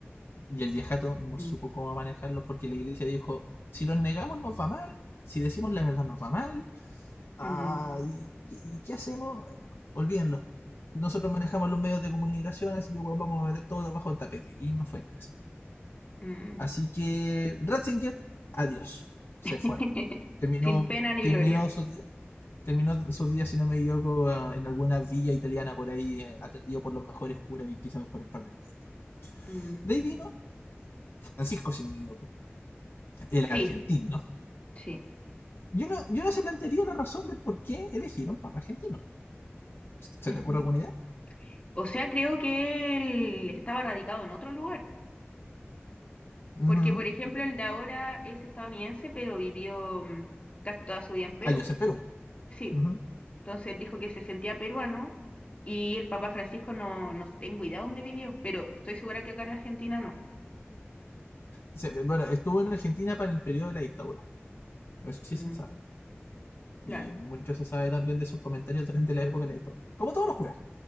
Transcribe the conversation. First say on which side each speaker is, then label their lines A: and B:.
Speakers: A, on the left (about 60°); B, on the left (about 30°).
A: y el viejato no
B: Mm,
A: supo cómo manejarlo porque la iglesia dijo, si los negamos nos va mal, si decimos la verdad nos va mal, ah,
B: mm,
A: ¿y, y- y qué hacemos? Olvídenlo. Nosotros manejamos los medios de comunicación, así que bueno, vamos a meter todo bajo el tapete. Y no fue tan así.
B: mm.
A: Así que Ratzinger, adiós. Se
B: <laughs>
A: fue. Terminó,
B: Sin pena ni
A: terminó
B: gloria.
A: su día. terminó sus días, si no me equivoco, en alguna villa italiana por ahí, eh, atendido por los mejores curas y quizás por un par de niñitos.
B: Mm,
A: De ahí vino Francisco, si no me equivoco, el
B: sí,
A: argentino.
B: sí.
A: Yo no, yo no se plantearía la razón de por qué elegir un papa argentino. ¿Se
B: ujú.
A: te ocurre alguna idea?
B: O sea, creo que él estaba radicado en otro lugar.
A: Uh
B: Porque,
A: -huh.
B: por ejemplo, el de ahora es estadounidense, pero vivió mm, casi toda su vida en Perú.
A: Años en Perú.
B: Sí,
A: Uh -huh.
B: entonces él dijo que se sentía peruano y el Papa Francisco no, no tengo idea dónde vivió, pero estoy segura que acá en Argentina no.
A: se, bueno, estuvo en Argentina para el periodo de la dictadura. Eso sí
B: Mm,
A: se sabe.
B: claro,
A: Y mucho se sabe también de sus comentarios durante la época de la dictadura. Como todos los curas.